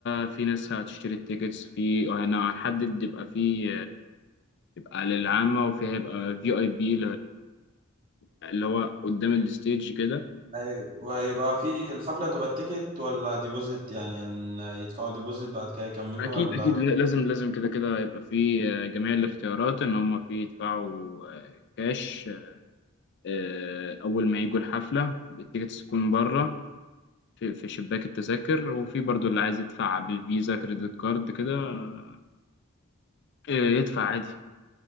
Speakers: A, on the left; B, on the right.
A: في ناس هتشتري التيكتس في هنحدد يبقى في يبقى للعامة وفي هيبقى في اي بي اللي هو قدام الستيج كده
B: هي- وهيبقى في الحفلة هتبقى تيكت ولا ديبوزيت يعني ان يدفعوا ديبوزيت بعد كده يكملوا
A: اكيد
B: ولا
A: اكيد
B: هتبقى-
A: لا- لازم لازم كده كده يبقى في آه، جميع الاختيارات ان هم في يدفعوا آه، كاش آه، اول ما يجوا الحفلة التيكتس تكون بره في في شباك التذاكر وفي برضو اللي عايز يدفع بالفيزا كريدت كارد كده آه، يدفع عادي